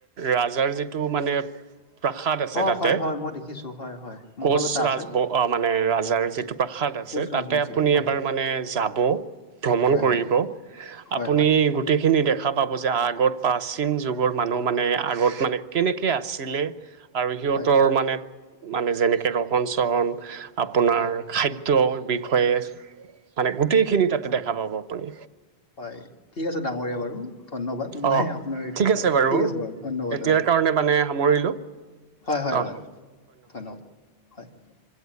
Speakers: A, on the right; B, on the left.
A: ৰাজাৰ যিটো মানে প্ৰাসাদ আছে
B: অ
A: তাতে
B: হয় হয় মই দেখিছোঁ হয় হয় মহল
A: কোঁচ
B: এটা আছে
A: ৰাজ মানে ৰাজাৰ যিটো প্ৰাসাদ।
B: কোচ ৰাজবংশীৰ
A: তাতে আপুনি
B: হয়
A: এবাৰ মানে যাব ভ্ৰমণ
B: হয়
A: কৰিব
B: হয়
A: ।
B: হয়
A: আপুনি
B: হয়
A: গোটেইখিনি দেখা পাব যে আগত প্ৰাচীন যুগৰ মানুহ মানে আগত মানে কেনেযে আছিলে । আৰু সিহতৰ
B: হয়
A: মানে মানে যেনেকৈ ৰহণ চহন আপোনাৰ
B: হয়
A: খাদ্য বিষয়ে মানে গোটেইখিনি তাতে দেখা পাব আপুনি।
B: হয় ঠিক আছে ডাঙৰীয়া বাৰু। ধন্যবাদ মই
A: অঁ
B: আপোনাৰ এইটোৰ
A: ঠিক আছে
B: পৰা ঠিক আছে বাৰু ধন্যবাদ
A: এতিয়াৰ
B: দাদা ।
A: কাৰণে মানে সামৰিলোঁ
B: হয়-হয় দাদা
A: অঁ
B: ধন্যবাদ হয় ।